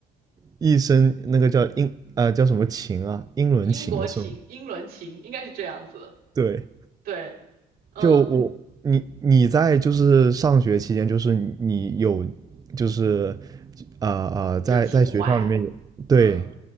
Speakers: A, on the right (about 20°); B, on the right (about 70°).
A: 一生那个叫英啊叫什么情啊，英伦情是吗？
B: 英国情、英伦情应该是这样子。
A: 对，
B: 对，嗯，
A: 就我你你在就是上学期间，就是你你有就是啊啊，在在学校里面有对
B: 就是情怀，嗯。